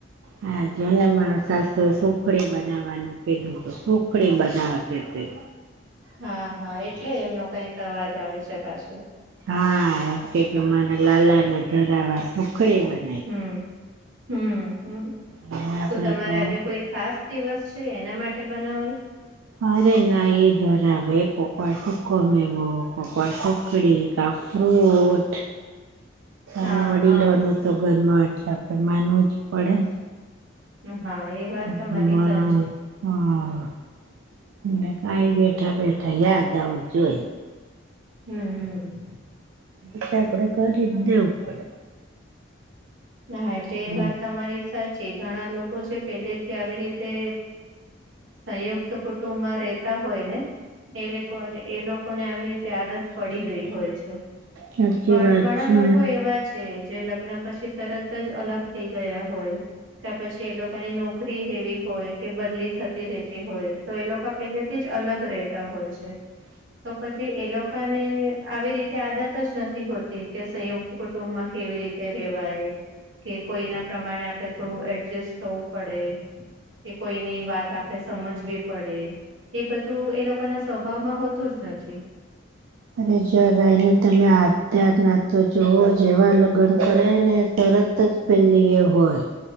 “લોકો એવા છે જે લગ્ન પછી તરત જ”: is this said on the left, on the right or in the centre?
Right